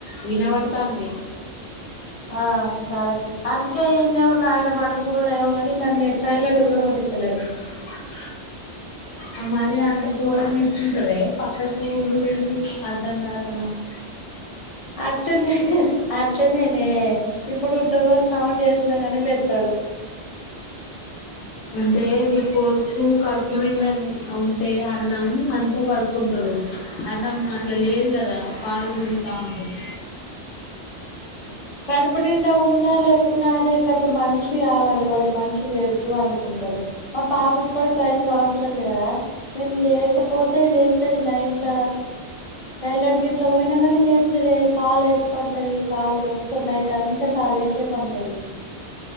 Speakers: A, on the left (about 85°); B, on the left (about 40°).
A: వినవడుతాంది
B: ఆ సరే అందుకేే ఇన్నే ఉన్నా ఆయన పండుకుండుడేమోగాని నన్నే టాయిలెట్ కూడా పొనిత్ త్తలేడు
A: <unintelligible> <inaudible> ఆ మరి అంత ఘోరంగా ఎట్లుంటవే పక్కకు ఉండుడేంది అర్ధం కాద్ అన్నట్టు
B: అట్లనే అట్లనేనే ఇప్పుడు డోర్ సౌండ్ చేసినా కానీ లేత్తడు. ఉ
A: అంటే నీ కొడుకు కడుపు నిండంది ఉంటే అన్నం మంచిగ పడుకుంటడు అన్నం అట్లా లేదు గదా పాలుగున్ తింటా ఉంటడు
B: కడుపు నిండా ఉన్నా లేకున్న అదే కత మనిషి కావాలి వాళ్ మనిషి వేడికి పండుకుంటరు మా పాప ఇప్పటికి ఐదు సంవత్సరాలు కదా నేన్ లేకపొ పోతే లేత్తది నైట్ల టైలెట్ గిట్ల పోయినా కానీ లేత్తదే కాలేసి పంటది. కాలు మొత్తం నైట్ అంతా కాలేసే పంటది.